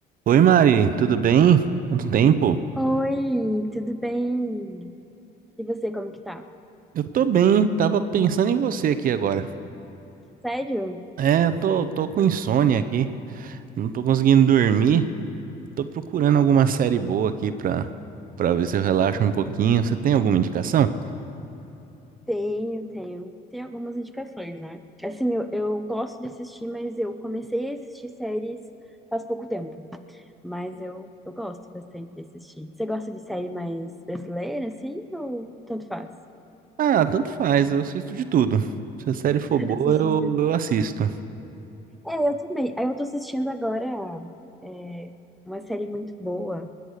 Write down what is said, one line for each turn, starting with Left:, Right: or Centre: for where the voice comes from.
Right: Oi, Mari, tudo bem? Quanto tempo?
Centre: Oi, tudo bem? E você, como que tá?
Right: Eu tô bem, tava pensando em você aqui agora.
Centre: Sério?
Right: É, eu tô, tô com insônia aqui, não tô conseguindo dormir. Tô procurando alguma série boa aqui pra, pra ver se eu relaxo um pouquinho. Você tem alguma indicação?
Centre: Tenho, tenho. Tem algumas indicações, né? Assim, eu, eu gosto de assistir, mas eu comecei a assistir séries faz pouco tempo. Mas eu, eu gosto bastante de assistir. Você gosta de série mais brasileira, assim, ou tanto faz?
Right: Ah, tanto faz, eu assisto de tudo. Se a série for
Centre: <laughs>
Right: boa,
Centre: Assistir
Right: eu,
Centre: série.
Right: eu assisto.
Centre: É, eu também. Aí eu tô assistindo agora é, uma série muito boa.